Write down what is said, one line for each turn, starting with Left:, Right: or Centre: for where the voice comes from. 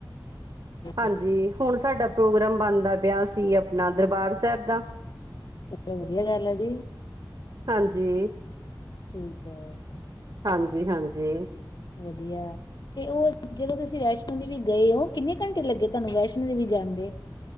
Right: ਹਾਂਜੀ
Left: ਚਲੋ
Right: ਹੁਣ ਸਾਡਾ ਪ੍ਰੋਗਰਾਮ ਬਣਦਾ ਪਿਆ ਸੀ ਆਪਣਾ ਦਰਬਾਰ ਸੈਬ ਦਾ
Left: ਚਲੋ ਵਧੀਆ ਗੱਲ ਐ ਜੀ
Right: ਹਾਂਜੀ।
Left: ਠੀਕ ਐ।
Right: ਹਾਂਜੀ ਹਾਂਜੀ।
Left: ਵਧੀਆ। ਤੇ ਉਹ ਜਦੋ ਤੁਸੀ ਵੈਸ਼ਨੋ ਦੇਵੀ ਗਏ ਓ, ਕਿੰਨੇ ਘੰਟੇ ਲੱਗੇ ਤੁਹਾਨੂੰ ਵੈਸ਼ਨੋ ਦੇਵੀ ਜਾਣ ਦੇ।